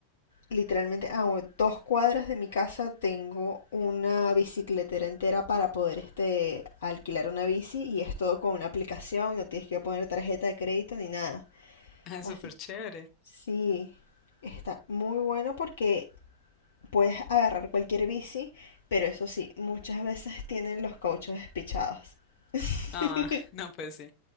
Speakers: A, on the left (about 60°); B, on the left (about 35°).
A: Literalmente a dos cuadras de mi casa tengo una bicicletera entera para poder este alquilar una bici y es todo con una aplicación, no tienes que poner tarjeta de crédito ni nada.
B: Ah,
A: Así
B: súper
A: que
B: chévere.
A: sí, está muy bueno porque puedes agarrar cualquier bici, pero eso sí, muchas veces tienen los cauchos despichados. <laughs>
B: Ah, <laughs> no, pues sí.